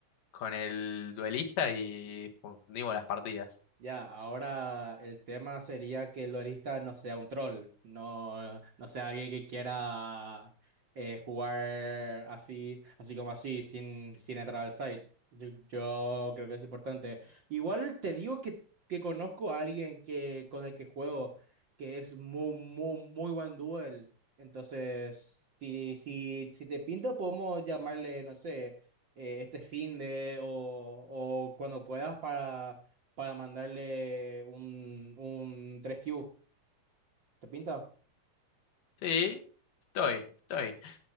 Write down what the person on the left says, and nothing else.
con el duelista y fundimos las partidas.
Sí, estoy, estoy.